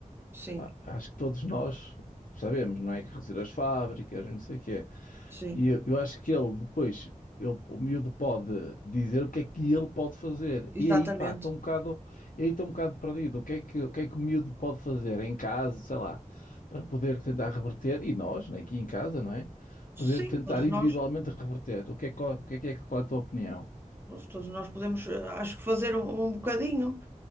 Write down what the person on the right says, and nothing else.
Sim,
sim,
exatamente.
Sim,
todos
nós,
nós- todos nós podemos, eh, acho que fazer um, um bocadinho.